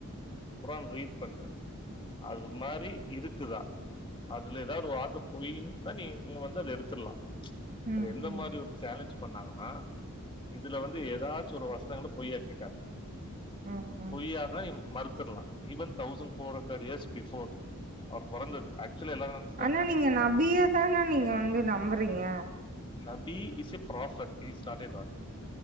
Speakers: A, on the left; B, on the right.
A: இந்த குரான் ரீட் பண்ணு அது ஒரு மாரி இருக்குதா அதுல ஏதாவ்து வார்த்த போய்னு இருந்தா நீ இங்க வந்து அத எடுத்துடலா
B: ம்,
A: அது எந்த
B: ம்,
A: மாரி ஒரு சேலஞ்ச் பண்ணாங்கன்னா இதுல வந்து ஏதாச்சு ஒரு வசனங்கள பொய்யாக்கி காட்டு
B: ம் <unintelligible>
A: பொய்யான நீ மறுத்துடலா even thousand four hundred years before அவர் பொறந்தது ஆக்சுவல எல்லாரு <inaudible>
B: ஆனா நீங்க நபியா தானா நீங்க வந்து நம்புறீங்க
A: நபி is a prophet he is not a God